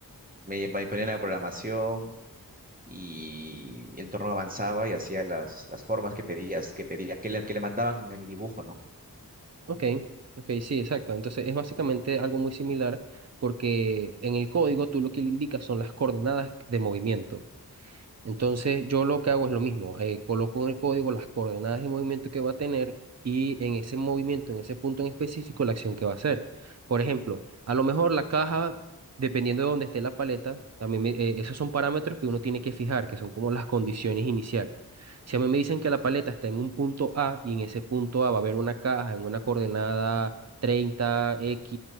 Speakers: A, on the right (about 25°); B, on the right (about 45°).
A: me, me ponían la programación y el entorno avanzaba y hacía las, las formas que pedías, que pedía, que le, que le mandaban en el dibujo, ¿no?
B: Ok, ok, sí, exacto. Entonces es básicamente algo muy similar porque en el código tú lo que le indicas son las coordenadas de movimiento. Entonces, yo lo que hago es lo mismo, eh, coloco en el código las coordenadas de movimiento que va a tener y en ese movimiento, en ese punto en específico, la acción que va a hacer. Por ejemplo, a lo mejor la caja, dependiendo de dónde esté la paleta, también me- eh, esos son parámetros que uno tiene que fijar, que son como las condiciones iniciales. Si a mí me dicen que la paleta está en un punto A y en ese punto A va a haber una caja en una coordenada 30 X,